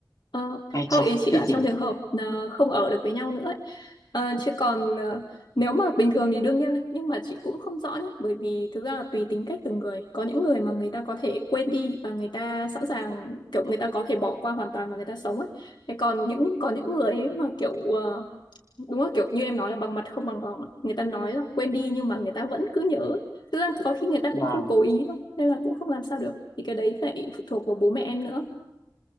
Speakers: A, on the left; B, on the left.
A: Ờ,
B: ai
A: không
B: chà
A: ý chị
B: thế
A: là
B: chị
A: trong trường hợp ờ, không ở được với nhau nữa ấy. Ờ, chứ còn ờ, nếu mà bình thường thì đương nhiên ấy, nhưng mà chị cũng không rõ nhá bởi vì thực ra là tùy tính cách từng người có những người mà người ta có thể quên đi và người ta sẵn sàng kiểu người ta có thể bỏ qua hoàn toàn và người ta sống ấy thế còn những có những người ấy mà kiểu ờ, đúng rồi kiểu như em nói là bằng mặt không bằng lòng người ta nói là quên đi nhưng mà người ta vẫn cứ nhớ thực ra có khi người ta
B: vâng
A: cũng không cố ý đâu nên là cũng không làm sao được thì cái đấy phải phụ thuộc vào bố mẹ em nữa